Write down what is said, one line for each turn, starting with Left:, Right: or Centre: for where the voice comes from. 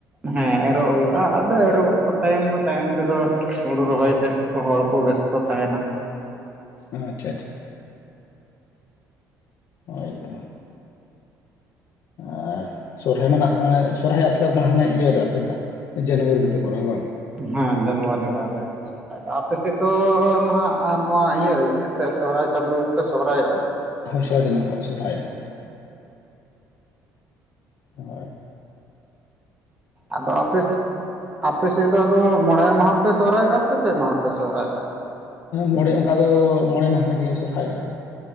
Right: ᱦᱮᱸ ᱮᱨᱚᱜ ᱦᱩᱭᱩᱜᱼᱟ ᱟᱫᱚ ᱮᱨᱚᱜ ᱛᱟᱭᱚᱢ ᱫᱚ ᱛᱟᱭᱚᱢ ᱛᱮᱫᱚ ᱦᱩᱲᱩ ᱨᱚᱦᱚᱭ ᱥᱮᱫ ᱠᱚ ᱦᱚᱲ ᱠᱚ ᱵᱮᱥᱛᱚ ᱛᱟᱦᱮᱱᱟ
Left: ᱟᱪᱪᱷᱟ ᱟᱪᱪᱷᱟ ᱦᱳᱭᱛᱚ, ᱟᱨ ᱥᱚᱨᱦᱟᱭ ᱢᱟᱱᱟᱜ ᱥᱚᱨᱦᱟᱭ <unintelligible> ᱦᱟᱱᱟ ᱤᱭᱟᱹᱨᱮ ᱟᱯᱮ ᱱᱟᱜ ᱡᱟᱱᱩᱣᱟᱨᱤ ᱨᱮᱯᱮ ᱠᱚᱨᱟᱣᱟ ᱵᱟᱝ
Right: ᱦᱮᱸ ᱡᱟᱱᱣᱟᱨᱤ ᱨᱮ ᱟᱞᱮ ᱟᱯᱮ ᱥᱮᱫ ᱫᱚ ᱱᱟᱦᱟᱜ ᱱᱚᱣᱟ ᱤᱭᱟᱹ ᱨᱮᱜᱮ ᱟᱯᱮ ᱥᱚᱦᱨᱟᱭ ᱪᱟᱸᱫᱚ ᱜᱮᱯᱮ ᱥᱚᱦᱚᱨᱟᱭᱚᱜᱼᱟ᱾
Left: ᱦᱳᱭ <unintelligible> ᱥᱚᱨᱚᱦᱟᱭᱚᱜᱼᱟ᱾ ᱦᱚᱭ
Right: ᱟᱫᱚ ᱟᱯᱮᱥ ᱟᱯᱮ ᱥᱮᱫ ᱫᱚ ᱟᱫᱚ ᱢᱚᱬᱮ ᱢᱟᱦᱟ ᱯᱮ ᱥᱚᱦᱨᱟᱭᱚᱜᱼᱟ ᱥᱮ ᱯᱮ ᱢᱟᱦᱟ ᱯᱮ ᱥᱚᱦᱨᱟᱭᱚᱜᱼᱟ?
Left: ᱢᱚᱬᱮ ᱚᱱᱠᱟ ᱫᱚ ᱢᱚᱬᱮ ᱢᱟᱦᱟ ᱞᱟᱹᱜᱤᱫᱞᱮ ᱥᱚᱨᱦᱟᱭᱚᱜᱼᱟ